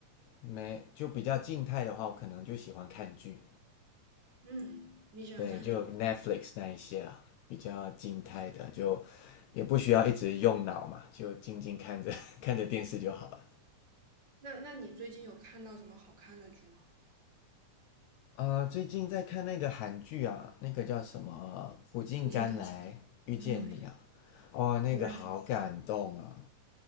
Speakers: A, on the left (about 80°); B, on the right (about 40°).
A: 没就比较静态的话，我可能就喜欢看剧，
B: 嗯，你喜欢看什么？
A: 对，就 Netflix 那一些啦，比较静态的，就也不需要一直用脑嘛，就静静看着 <laughs> 看着电视就好了。
B: 那那你最近有看到什么好看的剧吗？
A: 啊，最近在看那个韩剧啊，那个叫什么《苦尽甘来遇见你》啊，
B: 我进腾来了，我的妈呀！
A: 哦，那个好感动啊！
B: 我也